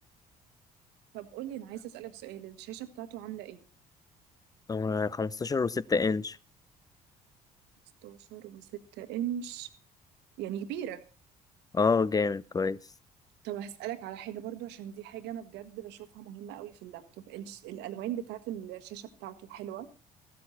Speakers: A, on the right; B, on the left.
A: طب قول لي انا عايزه اسالك سؤال الشاشه بتاعته عامله ايه
B: هو 15 و6 انش
A: 16 و6 انش يعني كبيره
B: اه جامد كويس
A: طب هسالك على حاجه برضو عشان دي حاجه انا بجد بشوفها مهمه قوي في اللابتوب الش- الالوان بتاعت الشاشه بتاعته حلوه